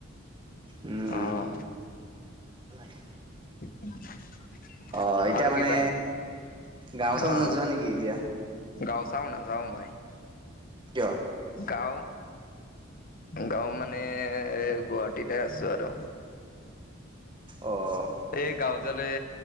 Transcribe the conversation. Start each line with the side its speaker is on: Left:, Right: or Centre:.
Right: উম
Left: অহ
Right: <inaudible>
Left: <unintelligible>
Right: অ এতিয়া
Left: আৰু
Right: মানে
Left: কিবা?
Right: গাও ওচৰত
Left: অ',
Right: নোযোৱা নেকি এতিয়া।
Left: গাঁও চাও নাযাও মই।
Right: কিয়
Left: গাঁও। গাঁও মানে গুৱাহাটীতে আছো আৰু।
Right: অঁ
Left: এই গাঁওজালে